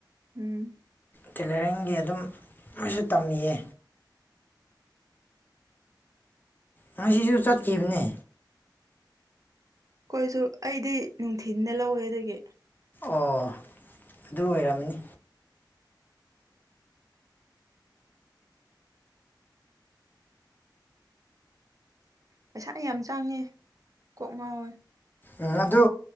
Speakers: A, on the right; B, on the left.
A: ꯎꯝ
B: ꯇꯦꯂꯔꯤꯡꯒꯤ ꯑꯗꯨꯝ ꯂꯣꯏꯁꯨ ꯇꯝꯃꯤꯌꯦ ꯉꯁꯨ ꯆꯠꯈꯤꯕꯅꯦ
A: ꯀꯣꯏꯁꯨ ꯑꯩꯗꯤ ꯅꯨꯡꯊꯤꯤꯟꯗ ꯂꯧꯋꯦ ꯑꯗꯨꯒꯤ
B: ꯑꯣ ꯑꯗꯨ ꯑꯣꯏꯔꯝꯅꯤ
A: ꯄꯩꯁꯥ ꯌꯥꯝ ꯆꯥꯡꯉꯦ ꯀꯣꯛ ꯉꯥꯎꯋꯦ
B: ꯎ ꯑꯗꯨ